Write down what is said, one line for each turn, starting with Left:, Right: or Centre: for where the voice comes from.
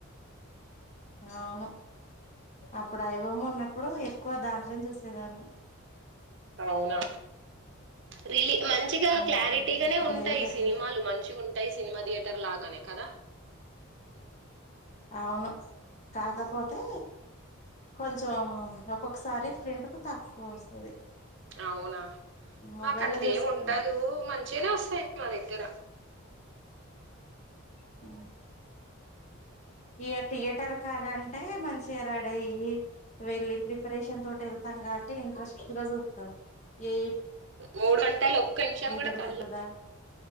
Left: అవును. అప్పుడు ఐబొమ్మ ఉన్నప్పుడు ఎక్కువ దా. లొనే చూసేదాన్ని
Right: అవునా రియలీ. మంచిగా
Left: ఉమ్
Right: క్లారిటీగానే
Left: ఇప్పుడు
Right: ఉంటాయి.
Left: లేవు కదా
Right: సినిమాలు మంచిగా ఉంటాయి. సినిమా థియేటర్ లాగానే కదా.
Left: అవును కాకపోతే. కొంచెం ఒక్కొక్కసారి ఫ్రింట్ కు తక్కువ వస్తది.
Right: అవునా.
Left: మొబైల్
Right: మాకు అట్లా
Left: లో చూసుకు
Right: ఏమి ఉండదు. మంచిగానే వస్తాయి. మా దగ్గర
Left: హ ఇగా థియేటర్ కాడంటే మంచిగా రడిఅయి వెళ్ళి ప్రిపరేషన్ తోటి వెళ్తాం కాబట్టి ఇంట్రెస్ట్ గా చూత్తం. ఏ
Right: మూడు గంటలు ఒక్క నిమిషం కూడా
Left: దొరుకుతదా
Right: కళ్ళు